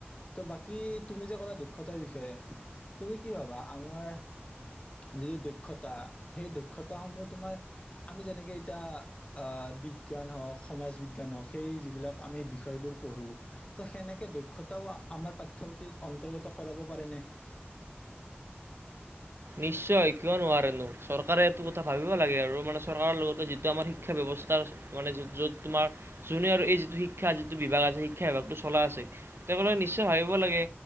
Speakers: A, on the left (about 30°); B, on the right (about 70°).
A: ত' বাকী তুমি যে ক'লা দক্ষতাৰ বিষয়ে তুমি কি ভবা? আমাৰ যিটো দক্ষতা সেই দক্ষতাসমূহ তোমাৰ আমি যেনেকে এতিয়া আহ বিজ্ঞান হওঁক সমাজ বিজ্ঞান হওঁক সেই যিবিলাক আমি বিষয়বোৰ পঢ়ো ত' সেনেকে দক্ষতা। আমাৰ পাঠ্যপুথিত অন্তৰ্গত কৰাব পাৰেনে?
B: নিশ্চয় কিয় নোৱাৰেনো চৰকাৰে এইটো কথা ভাবিব লাগে আৰু মানে চৰকাৰৰ লগতে যিটো আমাৰ শিক্ষা ব্যৱস্থা স্থ মানে য'ত তোমাৰ যোনে আৰু এই যিটো শিক্ষা যিটো বিভাগ আছে শিক্ষা বিভাগটো চলা আছে তেওঁলোক নিশ্চয় ভাবিব লাগে।